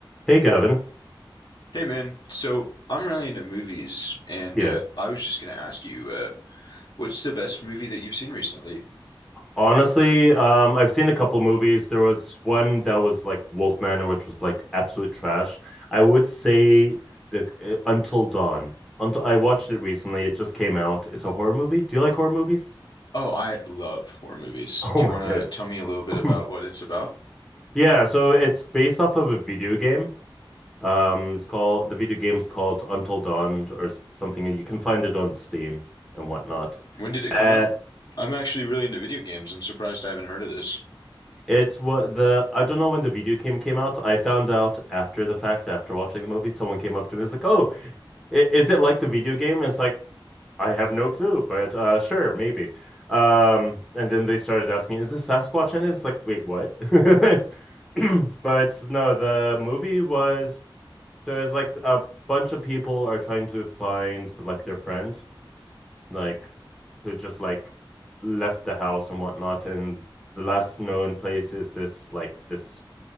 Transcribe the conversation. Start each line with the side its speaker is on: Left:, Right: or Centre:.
Centre: Hey, Gavin.
Left: Hey man, so I'm really into movies, and
Centre: Yeah.
Left: uh, I was just gonna ask you, uh, what's the best movie that you've seen recently?
Centre: Honestly, um, I've seen a couple movies. There was one that was like Wolfman, which was like absolute trash. I would say the uh, Until Dawn. Until I watched it recently. It just came out. It's a horror movie. Do you like horror movies? <laughs>
Left: Oh, I love horror movies.
Centre: Oh
Left: Do
Centre: my
Left: you wanna
Centre: God.
Left: tell me a little bit about
Centre: <clears throat>
Left: what it's about?
Centre: Yeah, so it's based off of a video game. Um, it's called the video game's called Until Dawn or s- something. You can find it on Steam and whatnot.
Left: When did it
Centre: Uh,
Left: come out? I'm actually really into video games. I'm surprised I haven't heard of this.
Centre: It's what the I don't know when the video game came out. I found out after the fact, after watching the movie, someone came up to me and was like, "Oh, i- is it like the video game?" And it's like, I have no clue, but uh sure, maybe. Um, and then they started asking, "Is the Sasquatch in it?" It's like, "Wait, what?" <laughs> <clears throat> But no, the movie was so it's like a bunch of people are trying to find like their friend, like who just like left the house and whatnot, and the last known place is this like this